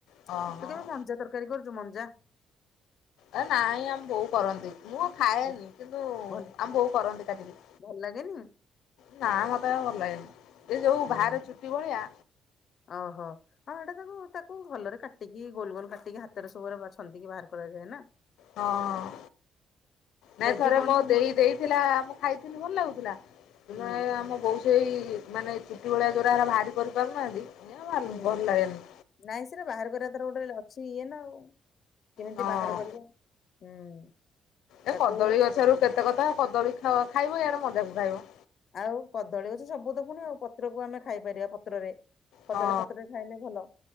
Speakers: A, on the left; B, on the left.
A: ତୁ
B: ହଁ ହଁ।
A: କେବେ ମଞ୍ଜା ତରକାରୀ କରିଚୁ ମଞ୍ଜା?
B: ଆ ନାଇଁ ଆମ ବୋଉ କରନ୍ତି ମୁଁ ଆଉ ଖାଏନି
A: ଭ-
B: କିନ୍ତୁ ଆମ
A: ଭଲ
B: ବୋଉ କରନ୍ତି କାଟିକି।
A: ଭଲ ଲାଗେନି?
B: ନା ମତେ ଏରା ଭଲ ଲାଗେନି ଏଯୋଉ
A: ଭଲ
B: ବାହାରେ
A: ଲାଗେନି?
B: ଚୁଟି ଭଳିଆ
A: ଓହୋ। ହଁ ହେଟା ତାକୁ ତାକୁ ଭଲରେ କାଟିକି ଗୋଲ ଗୋଲ କାଟିକି ହାତରେ ସବୁରା ଏରାକ ଛନ୍ଦିକି ବାହାର କରାଯାଏନା।
B: ହଁ ନାଇଁ
A: ବେବି
B: ଥରେ
A: କର୍ନ
B: ମୋ ଦେଇ ଦେଇଥିଲା ଆମକୁ ଖାଇଥିଲି ଭଲ ଲାଗୁଥିଲା ହେଲେ
A: ହୁଁ
B: ଏଆମ ବୋଉ ସେଇ ମାନେ ଚୁଟି ଭଳିଆ ଯୋଉରା ହେରା ବାହାରି କରିପାରୁନାହାନ୍ତି ହେ
A: ହୁଁ
B: ଭଲ ଲାଗେନି।
A: ନାଇଁ ସେରା ବାହାର କରିବା ତାର ଗୋଟେ ଅଛି ଇଏନା ଆଉ କେମିତି
B: ହଁ
A: ବାହାର କରିବା। ହୁଁ।
B: ଏ
A: ତାକୁ
B: କଦଳୀ ଗଛରୁ କେତେ କତା କଦଳୀ ଖାଅ ଖାଇବ ଇଆଡ଼େ ମଞ୍ଜାକୁ ଖାଇବ।
A: ଆଉ କଦଳୀ ଗଛ ସବୁତକ ପୁଣି ଆଉ ପତ୍ରକୁ ଆମେ ଖାଇପାରିବା ପତ୍ରରେ କଦଳୀ
B: ହଁ
A: ପତ୍ରରେ ଖାଇଲେ ଭଲ